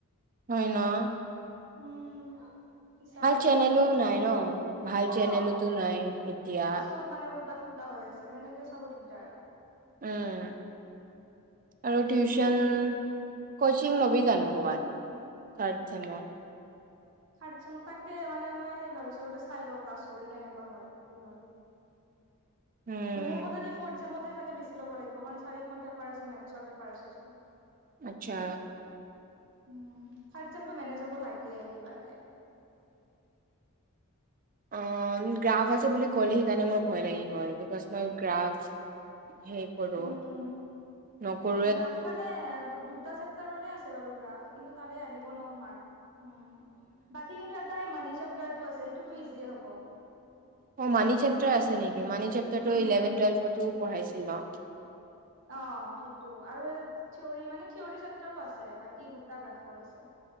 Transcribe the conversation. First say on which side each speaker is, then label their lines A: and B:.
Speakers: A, on the right; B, on the right.
A: হয় না?
B: উম টিচাৰ হলে
A: চেনেলো
B: বেলেগ কথা
A: নাই ন ভাল
B: অ।
A: চেনেলোতো নাই এতিয়া
B: চব মানে উল্টা ফুল্টা হৈ আছে সেনেকেই চাব দিগদাৰ।
A: উম আৰু টিউচন?
B: উম
A: কচিং ল'বি জানো কবাত থাৰ্ড চেমত?
B: থাৰ্ড ছেমট তাকে, মানে মই সেই ভাবিছো আগতে চাই লওঁ ক্লাছ কৰি কেনেকুৱা হয় কি হয়?
A: উম
B: মোৰ মতে ফৌৰ্থ চেমত হে বেছি ল'ব লাগিব কাৰণ চাৰিখন পেপাৰ আছে মেথৰ পেপাৰ আছে চোন।
A: আত্চ্ছা।
B: উম, থাৰ্ড চেমটো মেনেজ হ'ব লাগে কিবাকে।
A: অন, গ্ৰাফ আছে বুলি ক'লে সেইকাৰণে মোৰ ভয় লাগি গ'ল, বিকজ মই গ্ৰাফ কৰোঁ,
B: উম,
A: নকৰ
B: গ্ৰাফ মানে দুটা চেপ্তাৰৰে আছে বাৰু গ্ৰাফ কিন্তু তাৰে আহিব ন মাৰ্ক। অ বাকী কিন্তু এটা সেই মানি চেপ্তাৰটো আছে সেইটোতো ইজিয়ে হ'ব।
A: অ মানি চেপ্টাৰ আছে নেকি মানি চেপটাৰটো
B: উম,
A: ইলেভেন টুৱেল্ভতো পঢ়াইছিল অ।
B: অ সেইটো আৰু থিয়ৰী মানে থিয়ৰী চেপটাৰো আছে বাকী দুটা গ্ৰাফৰ আছে।